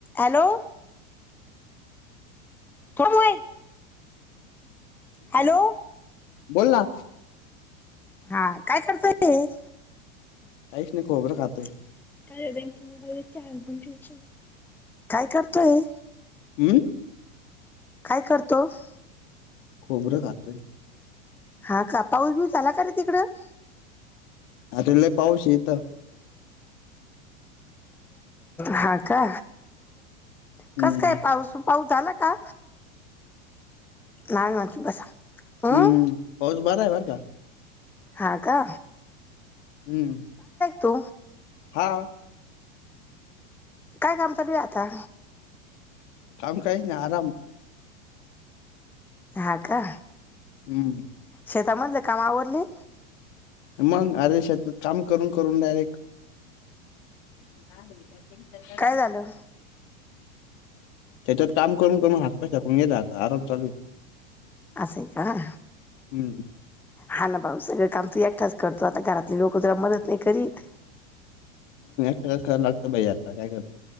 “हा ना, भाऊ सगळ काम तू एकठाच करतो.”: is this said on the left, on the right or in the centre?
Centre